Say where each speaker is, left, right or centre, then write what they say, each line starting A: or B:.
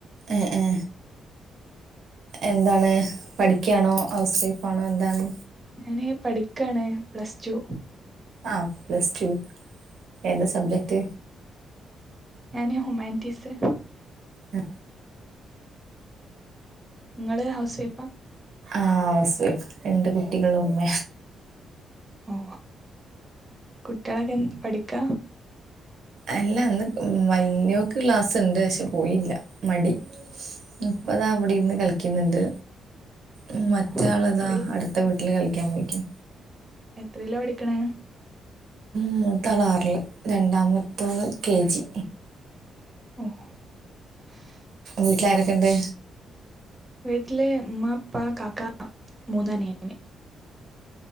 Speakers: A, on the right; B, on the right.
A: ഏ ഏ എന്താണ് പഠിക്കയാണോ ഹൗസ് വൈഫ്ാണോ എന്താണ്
B: ഞൻ പഠിക്കയാണ് പ്ലസ് ടു
A: ആഹ പ്ലസ് ടു ഏതാ സബ്ജക്ട്
B: എന ഹുുമായിട്ടസ
A: ആ
B: നിങ്ങളെ ഹൗസ് വൈഫാ
A: ആഹസ് രണ്ട് കുട്ടികളും ഉമ്മ
B: ഓ കുട്ടികളൊക്കെ പഠിക്ക
A: അല്ല അന്ന് വലിയോക്ക് ക്ലാസ്സ്ുണ്ട് പക്ഷെ പോയില്ല മടി മുപ്പതാ
B: ഓ
A: അവിടെ ഇന്ന് കളിക്കുന്നുണ്ട് ഉ
B: ഓ
A: മറ്റാൾ
B: എത്രൽ
A: ഇതാ അടുത്ത വീട്ടില് കളിക്കാൻ പോയിിക്കും
B: എത്രല്ലോ പഠിക്കണേ
A: മൂ താളാറില് രണ്ടാമത്തോള് കെ ജി
B: <unintelligible>
A: വീട്ടിലാരൊക്കെ ഉണ്ട്
B: വീട്ടിലെ അമ്മ അപ്പാ കാാക്കാ മൂന്നാ നണ